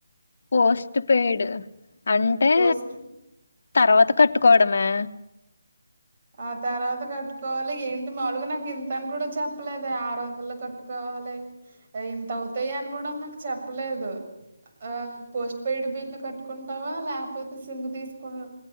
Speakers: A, on the left; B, on the right.
A: పోస్ట్ పెయిడ్ అంటే
B: పోస్ట్
A: తర్వాత కట్టుకోవడమే
B: ఆ తర్వాత కట్టుకోవాలి ఏంటి మాములుగా నాకు ఇంత అని కూడా చెప్పలేదే ఆరు వందలు కట్టుకో కోవాలి ఇంత అవుతాయి అని కూడా నాకు చెప్పలేదు ఆ పోస్ట్ పెయిడ్ బిల్లు కట్టుకుంటావా లేకపోతే సిమ్ తీసుకొను